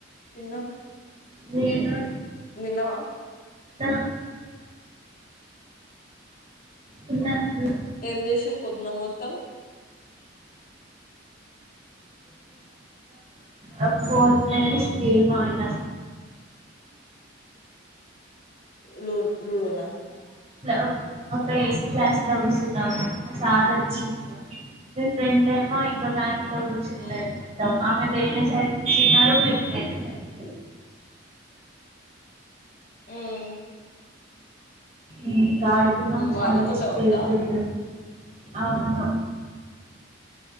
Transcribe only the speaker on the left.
తిన్నావా
తిన్నావా
ఉమ్ చేసింర్రు పొద్దున మొత్తం
లు లూడో నా
మ్మ్.
ఉమ్
వాళ్ళతోటే
ఉందా